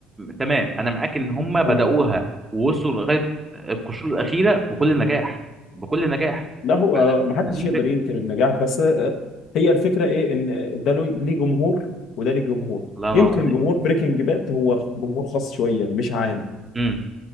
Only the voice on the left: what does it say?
اه
لا هو ما حدش
يقدر ينكر النجاح بس آه، هي الفكره ايه ان ده له- ليه جمهور وده ليه جمهور
يمكن
جمهور بريكنج باد هو جمهور خاص شويه مش عام